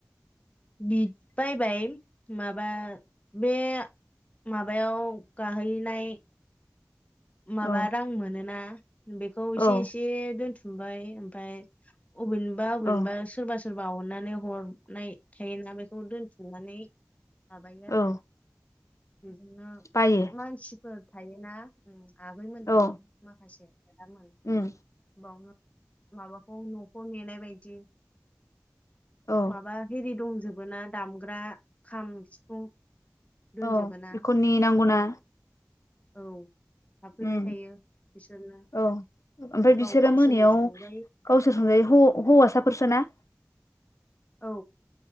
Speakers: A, on the left; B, on the left.
A: बिद बायबाय माबा बे माबायाव गाहैनाय माबा
B: औ
A: रां मोनोना बेखौ
B: औ
A: एसे एसे दोनथु‌ ओमबाय ओमफाय अबेनिबा अबेनिबा
B: औ
A: सोरबा सोरबा अननानै हरनाय थायोना बेखौ दोनथुमनानै माबायो आरो
B: औ
A: बेजोंनो
B: बायो
A: मानसिफोर थायोना उम आगैमोन थायो
B: औ
A: माखासे आदामोन
B: उम
A: बावनो माबाखौ नखौ नेनाय बायदि
B: औ
A: माबा हेरि दं जोबोना दामग्रा खाम सिफुं दोनजोबो
B: औ
A: ना
B: बेखौ ने नांगौना
A: औ हाबफैबाय
B: ओम
A: थायो बिसोरनो
B: औ ओमफ्राय
A: गाव
B: बिसोरो
A: गावसोरनो
B: मोनायाव
A: संजायो
B: गावसोर संजायो हौ हौवासाफोरसोना?
A: औ